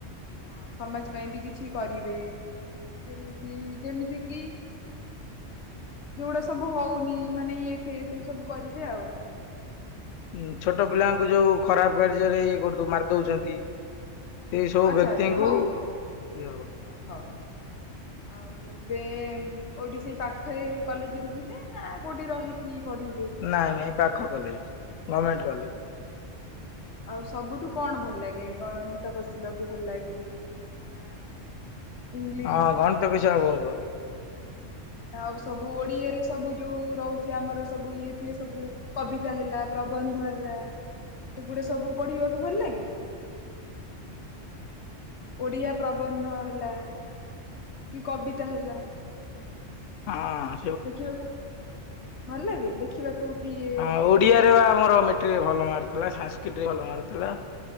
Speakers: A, on the left; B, on the left.
A: ହଁ ସମାଜ ପାଇଁ ବି କିଛି କରିବେ ଯେମିତି ଯେମିତି କିି ଯୋଉଗୁଡା ସବୁ ହଉନି ମାନେ ଇଏ ଫିଏ ସେଇ ସବୁ କରିବେ ଆଉ।
B: ଉ ଛୋଟ ପିଲାଙ୍କୁ ଯୋଉ ଖରାପ କାର୍ଯ୍ୟରେ ଇଏ କରୁୁ ମାରିଦଉଛନ୍ତି। ସେଇ ସବୁ
A: ଆଚ୍ଛା
B: ବ୍ୟକ୍ତିଙ୍କୁ
A: ଆଚ୍ଛା ହଉ ହଉ
B: ଇଏ
A: ହଉ ହଉ ଆଉ ଏ ଏବେ କୋଉଠି ସେଇ ପାଖରେ କଲେଜରେ ଯିବେ ନା କୋଉଠି ରହିକି ପଢିବେ?
B: ନାଇଁ ନାଇଁ ପାଖ କଲେଜ। ଗଭର୍ଣମେଣ୍ଟ
A: <inaudible>
B: କଲେଜ
A: ଆଉ ସବୁଠୁ କଣ ଭଲ ଲାଗେ, ଗଣିତ କଷିବାକୁ ଭଲ ଲାଗେ? ନା। ଇଂଲିଶ
B: ହଁ ଗଣିତ କଷିବା ବହୁତ୍ ବହୁତ୍
A: ଆଉ ସବୁ ଓଡିଆରେ ସବୁ ଯୋଉ ରହୁଚି ଆମର ସବୁ ଇଏ ଫିଏ ସବୁ କବିତା ହେଲା ପ୍ରବନ୍ଧ ହେଲା ସେଗୁଡ଼ାସବୁ ପଢିବାକୁ ଭଲଲାଗେ? ଓଡିଆ ପ୍ରବନ୍ଧ ହେଲା, କି କବିତା ହେଲା
B: ଆଁ।
A: ଦେଖିବାକୁ ଭଲ ଲାଗେ? ଦେଖିବାକୁ କି ଇଏ
B: ହଁ ଓଡିଆରେ ବା ଆମର ମେଟ୍ରିକ୍ ଭଲ ମାର୍କ ଥିଲା। ସାଂସ୍କ୍ରିଟ୍ ରେ ଭଲ ମାର୍କଥିଲା।